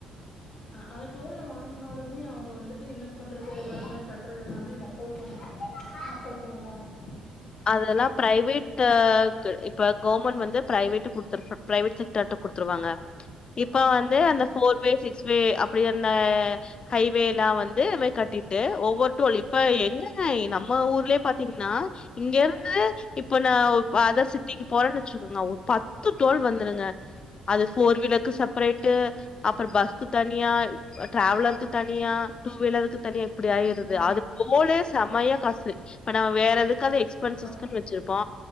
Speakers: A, on the left; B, on the left.
A: அ அது டோல்ல வாங்கினாலுமே அவங்க வந்துட்டு இன்வெஸ்ட் பண்றது எல்லாமே கட்டுறது எல்லாமே மக்கள் பணம் மக்கள் பணம் தான
B: அதெலாம் பிரைவேட்க இப்ப கவர்மெண்ட் வந்து பிரவேட்க்குடுத்து பிரைவேட் செக்டார்ட்ட குடுத்துருவாங்க இப்ப வந்து
A: ம்
B: அந்த ஃபோர் வே சிக்ஸ் வே அப்பிடின்னா ஹைவேல்லா வந்ததுமே கட்டிட்டு ஒவ்வொரு ட்டோலிப்ப
A: ம்
B: எங்கங்க நம்ம ஊர் இப்பலே பாத்தீங்ன்னா இங்கருந்து இப்ப நா ஓ
A: ம்
B: பாதஷித் ட்டிக்கு போறன்னு வெச்சிக்கோங்க ஒரு பத்து டோல் வந்துருங்க அது ஃபோர் வீலருக்கு செப்பரேட்டு அப்புற பஸ்க்கு தனியா டிராவலருக்கு தனியா டூ வீலருக்கு தனியா ப்பிடியாயிருது
A: ம்
B: அதுக்கு மோலே செமையா காசு நா வேற எது க்காது எக்ஸ்பன்சிஸ்குனு
A: ஆ
B: வச்சிருப்போ